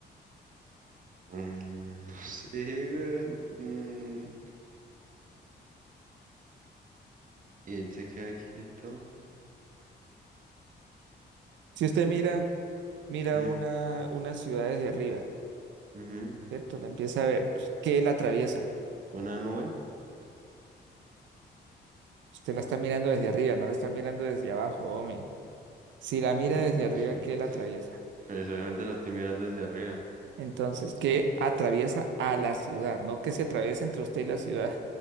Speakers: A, on the right; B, on the right.
A: mm, no sé, güey. Mm, y él se queda quieto.
B: Si usted mira... mira
A: Ujú,
B: una, una ciudad desde arriba,
A: ujú.
B: ¿cierto? La empieza a ver. pues, ¿Qué la atraviesa?
A: Una nube.
B: Usted la está mirando desde arriba, no la está mirando desde abajo, hombre. Si la mira
A: <laughs>
B: desde arriba, ¿qué la atraviesa?
A: Eso solamente la estoy mirando desde arriba.
B: Entonces, ¿qué atraviesa a la ciudad? No que se atraviesa entre usted y la ciudad.